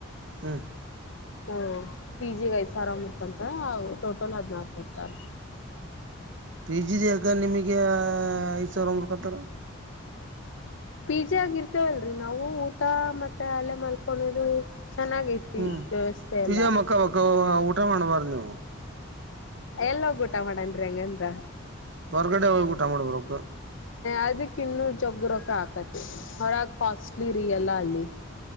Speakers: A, on the right (about 55°); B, on the left (about 65°).
A: ಹ್ಮ್
B: ಹ ಹ ಪಿ ಜಿ ಗ್ ಐದ್ ಸಾವಿರ ಮುರ್ಕಂತರೆ ಟೋಟಲ್ ಹದ್ನಾರ ಕೊಡ್ತಾರ.
A: <unintelligible> ಪಿ ಜಿದ ಯಕ ನಿಮಗೆ ಐದ್ ಸಾವಿರ ಮೂರ್ಕತಾರೆ.
B: ಪೀ ಜಿ ಯಾಗಿ ಇರ್ತೇವಲ್ರಿ ನಾವು ಊಟ ಮತ್ತೆ ಅಲ್ಲೇ ಮಲ್ಕೊಳೋದು. ಚೆನ್ನಾಗೈತಿ
A: ಹ್ಮ್
B: ವ್ಯವಸ್ಥೆ
A: ಪಿ
B: ಎಲ್ಲ.
A: ಜಿ ಮಕ್ಕ ಬಕ್ಕ <unintelligible>
B: ಎಲ್ಲ್ ಹೋಗಿ ಊಟ ಮಾಡನ್ರಿ ಹಂಗಂತ.
A: ಹೊರ್ಗಡೆ ಹೋಗ್ ಉಟ ಮಾಡಬೇಕ್.
B: ಅದಕ್ ಇನ್ನೂರ್ ಜಗ್ಗಿ ರೋಕ್ಕ ಹಾಕತಿ ಹೊರಗ ಕಾಸ್ಟ್ಲಿ ರೀ ಎಲ್ಲ ಅಲ್ಲಿ.